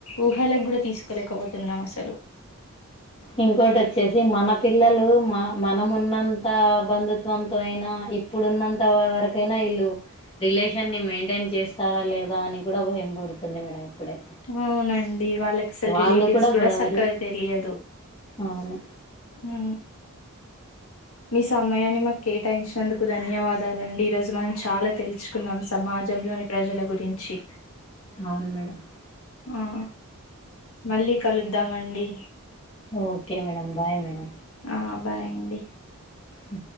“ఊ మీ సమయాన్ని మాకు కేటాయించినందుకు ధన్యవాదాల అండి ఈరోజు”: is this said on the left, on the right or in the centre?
Left